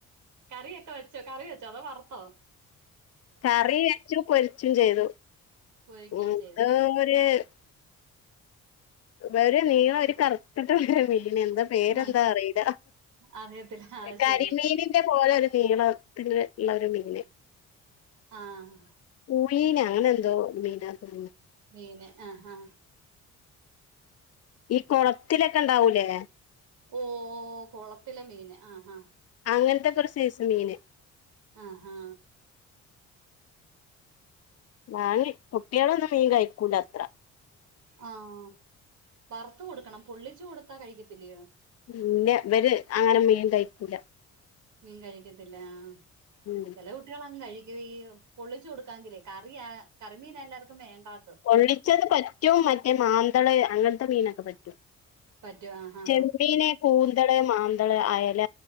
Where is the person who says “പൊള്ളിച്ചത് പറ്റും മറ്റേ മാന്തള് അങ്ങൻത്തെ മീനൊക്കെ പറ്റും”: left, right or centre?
Left